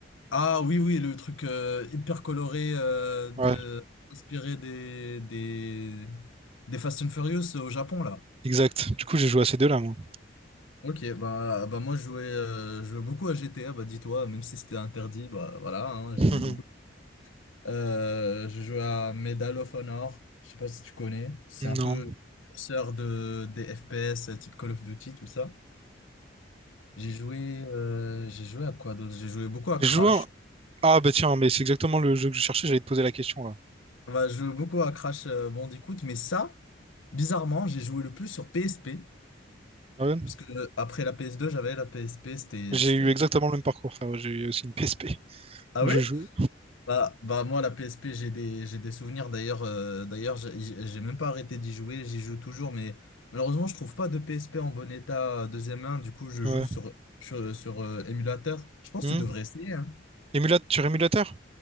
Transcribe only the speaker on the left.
Ah oui, oui, le truc euh, hyper coloré euh, de...
inspiré des, des... des Fast and Furious au Japon, là.
Ok, bah, bah moi je jouais, euh, je jouais beaucoup à GTA, bah dis-toi, même si c'était interdit, bah voilà, hein,
j'aimais beaucoup. Euh, je jouais à Medal of Honor, je sais pas si tu connais, c'est un
peu le précurseur de, des FPS euh, type Call of Duty, tout ça. J'ai joué, euh, j'ai joué à quoi d'autre? J'ai joué beaucoup à
Crash.
Bah, je joue beaucoup à Crash euh, Bandicoot, mais ça, bizarrement, j'ai joué le plus sur PSP.
Parce que euh, après la PS2, j'avais la PSP, c'était.
c'était-
Ah
oui?
Bah, bah moi, la PSP, j'ai des, j'ai des souvenirs. D'ailleurs, euh, d'ailleurs, j'ai j'ai- j'ai même pas arrêté d'y jouer, j'y joue toujours, mais malheureusement, je trouve pas de PSP en bon état euh, deuxième main. Du coup, je
joue
sur, sur, sur, euh, émulateur. Je pense
que tu devrais essayer. hein.